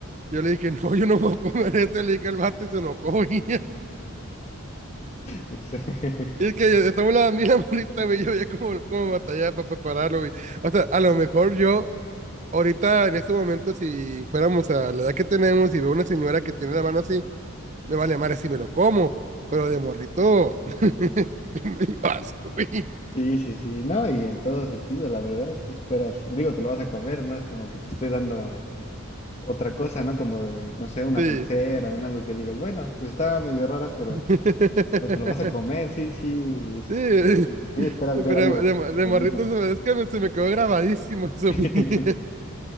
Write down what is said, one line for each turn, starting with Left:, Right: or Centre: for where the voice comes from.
Right: Yo le dije, no, yo no voy a comer eso. Le dije al vato y se enojó, <laughs> güey.
Left: Pues, <laughs>
Right: Y es que esa bola a mí <laughs> la morrita, güey, yo ya como, como batallaba para prepararlo, güey. O sea, a lo mejor yo, ahorita en este momento, si fuéramos a la edad que tenemos y veo una señora que tiene la mano así, me vale madre si me lo como, pero de morrito, <laughs> me dio asco, güey.
Left: Sí, sí, sí. No, y en todo sentido, la verdad, si esperas, digo, te lo vas a comer, no es como que te esté dando otra cosa, ¿no? Como, eh, no sé, una
Right: Sí.
Left: pulsera, un algo que digas, bueno, pues estaba medio rara, pero...
Right: <laughs>
Left: Pero te lo vas a comer, sí, sí, es-
Right: Sí.
Left: sí, sí, esperas
Right: Pero
Left: ver algo
Right: de, de
Left: bonito.
Right: morrito se me- es que me- se me quedó grabadísimo eso.
Left: <laughs>
Right: güey. <laughs>